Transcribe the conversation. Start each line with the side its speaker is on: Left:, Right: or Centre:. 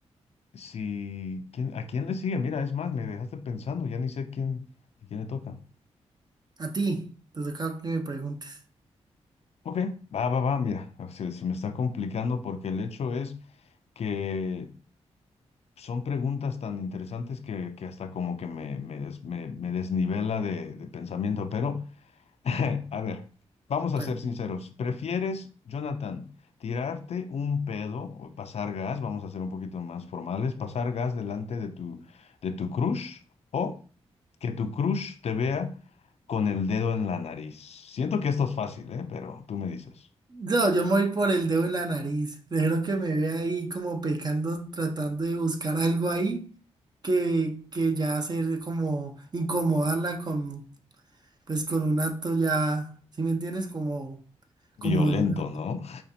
Left: si, ¿quién- a quién le sigue? Mira, es más, me dejaste pensando, ya ni sé quién, a quién le toca.
Right: A ti, te toca que me preguntes.
Left: Ok, va, va, va, mira, se, se me está complicando porque el hecho es que son preguntas tan interesantes que, que hasta como que me, me, des- me- me desnivela de, de pensamiento, pero <laughs> a ver, vamos a
Right: Tranquilo.
Left: ser sinceros. ¿Prefieres, Jonathan, tirarte un pedo o pasar gas? Vamos a ser un poquito más formales, pasar gas delante de tu, de tu crush o que tu crush te vea con el dedo en la nariz. Siento que esto es fácil, ¿eh? Pero tú me dices.
Right: No, yo me voy por el dedo en la nariz. Dejaron que me vea ahí como pecando, tratando de buscar algo ahí que, que ya hacer como incomodarla con, pues con un acto ya, ¿sí me entiendes? Como,
Left: Violento,
Right: como de un-
Left: ¿no?
Right: <laughs>